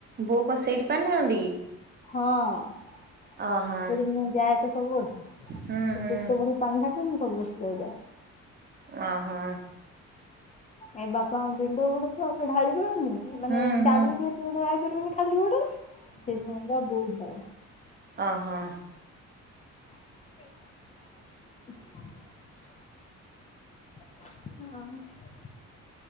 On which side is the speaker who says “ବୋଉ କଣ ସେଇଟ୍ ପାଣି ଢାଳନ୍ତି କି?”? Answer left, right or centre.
Right